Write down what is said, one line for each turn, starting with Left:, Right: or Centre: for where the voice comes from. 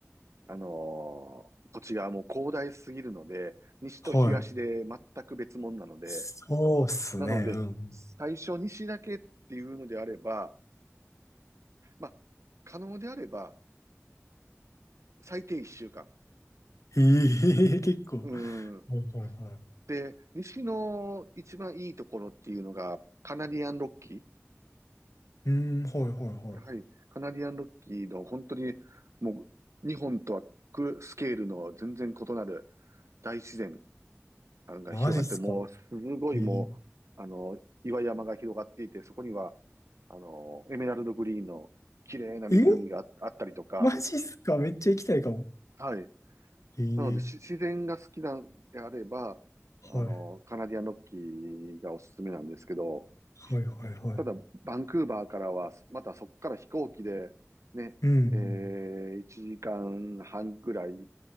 Right: あのー土地がもう広大すぎるので、西と東で全く別物なので、
Left: はい。そうっすね、
Right: なので、
Left: うん。
Right: 最初にしだけっていうのであれば、まあ、可能であれば、最低1週間。
Left: ええ、<laughs> 結構。
Right: うん。
Left: はいはいは
Right: で、西の一番いいところっていうのが、カナディアンロッキ
Left: い。うん、はいはいはい。
Right: ー。はい。カナディアンロッキーの本当に、もう、日本とはくスケールの全然異なる大自然が広がって、
Left: マジっすか。
Right: もう、すごいもう、
Left: ええ、
Right: あの、岩山が広がっていて、そこには、あの、エメラルドグリーンの綺麗な湖がああったりとか、
Left: ええマジっすかめっちゃ行きたいかも。
Right: はい。
Left: ええ
Right: なので、し自然が好きなんであれば、
Left: はい、
Right: あの、カナディアンロッキーがおすすめなんですけど、
Left: はい、はい、はい。
Right: ただ、バンクーバーからは、またそこから飛行機で、ね、
Left: うん、うん、
Right: えー、1時間半ぐらい行っ